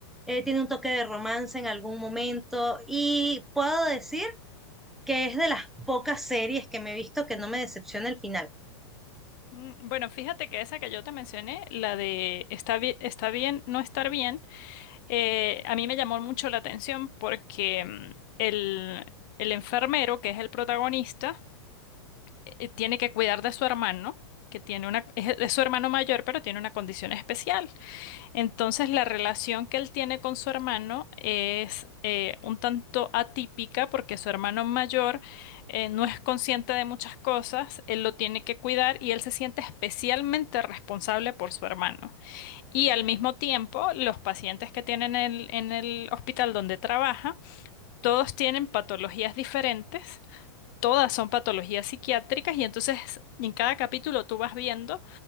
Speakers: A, in the centre; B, on the left (about 40°).
A: eh, tiene un toque de romance en algún momento y puedo decir que es de las pocas series que me he visto que no me decepciona el final.
B: Mm, Bueno, fíjate que esa que yo te mencioné, la de está bien, está bien no estar bien, eh, a mí me llamó mucho la atención porque mm, el, el enfermero, que es el protagonista, eh, tiene que cuidar de su hermano, que tiene una, es, es su hermano mayor, pero tiene una condición especial. Entonces, la relación que él tiene con su hermano es eh, un tanto atípica porque su hermano mayor eh, no es consciente de muchas cosas, él lo tiene que cuidar y él se siente especialmente responsable por su hermano. Y al mismo tiempo, los pacientes que tienen el- en el hospital donde trabaja, todos tienen patologías diferentes. Todas son patologías psiquiátricas y entonces en cada capítulo tú vas viendo